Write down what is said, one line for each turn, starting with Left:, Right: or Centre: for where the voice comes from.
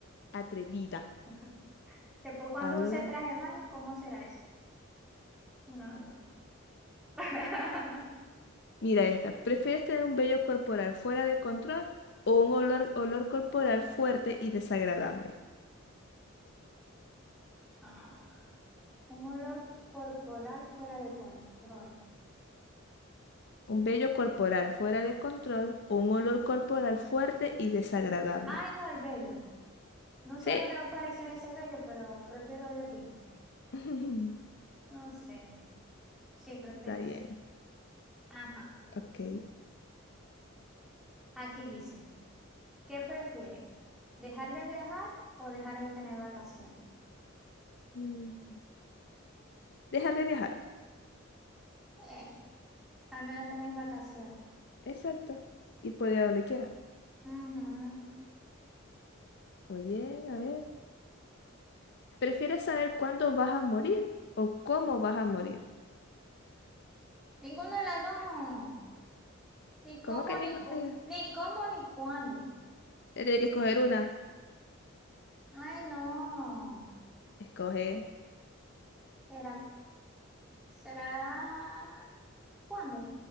Left: atrevida.
Centre: <laughs> Después, cuando
Left: A ver.
Centre: use traje de baño, ¿cómo será eso? No, no. <laughs>
Left: Mira esta. ¿Prefieres tener un vello corporal fuera de control o un olor, olor corporal fuerte y desagradable?
Centre: Ah, Un olor corporal fuera de control.
Left: Un vello corporal fuera de control o un olor corporal fuerte y desagradable.
Centre: Ay, no, el vello. No sé
Left: ¿Sí?
Centre: dónde va a aparecer ese vello, pero prefiero oler bien.
Left: <laughs>
Centre: No sé. Sí, prefiero
Left: Está bien.
Centre: eso. Ajá.
Left: Ok.
Centre: Aquí dice. ¿Qué prefieres? ¿Dejar de viajar o dejar de tener vacaciones?
Left: Mm. Dejar de viajar.
Centre: Eh, al menos tenéis vacaciones.
Left: Exacto. Y puede ir a donde quiera.
Centre: Ujú.
Left: Muy bien, a ver. ¿Prefieres saber cuándo vas a morir o cómo vas a morir?
Centre: Ninguna de las dos. Ni
Left: ¿Cómo
Centre: cómo,
Left: que
Centre: ni
Left: ninguna?
Centre: cu- ni cómo, ni cuándo.
Left: Eh, Tienes que escoger una.
Centre: Ay, no.
Left: Escoge.
Centre: ¿Será, será cuándo?